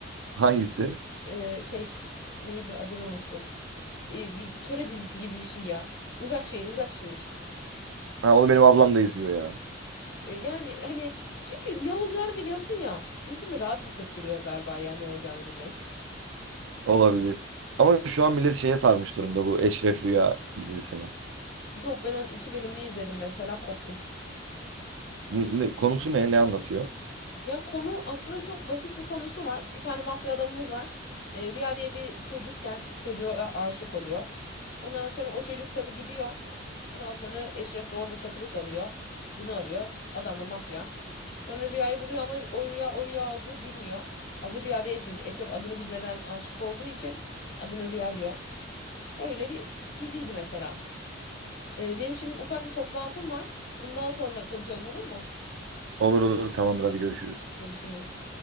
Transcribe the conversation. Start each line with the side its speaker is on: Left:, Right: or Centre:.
Right: Hangisi?
Left: E, şey neydi adını unuttum. E, bir töre dizisi gibi bir şey ya. Uzak Şehir, Uzak Şehir.
Right: Ha, onu benim ablam da izliyor ya.
Left: E, Yani hani çünkü ne olacağını biliyorsun ya. insanı rahat hissettiriyor galiba ya ne olacağını bilmek.
Right: Olabilir. Ama şu an millet şeye sarmış durumda bu Eşref Rüya dizisine.
Left: Yok ben onun iki bölümünü izledim mesela koptum.
Right: ne- konusu ne? Ne anlatıyor?
Left: Ya konu aslında çok basit bir konusu var. Bir tane mafya adamımız var. E, Rüya diye bir çocukken çocuğa aşık oluyor. Ondan sonra o çocuk tabii gidiyor. Ondan sonra Eşref de orada takılı kalıyor. Bunu arıyor. Adam da mafya. Sonra Rüya'yı buluyor ama o Rüya o Rüya olduğunu bilmiyor. Adı Rüya değil çünkü Eşref adını bilmeden aşık olduğu için adını Rüya diyor. Öyle bir diziydi mesela. Ee, benim şimdi ufak bir toplantım var. Bundan sonra konuşalım olur mu?
Right: Olur olur tamamdır hadi görüşürüz.
Left: Görüşürüz.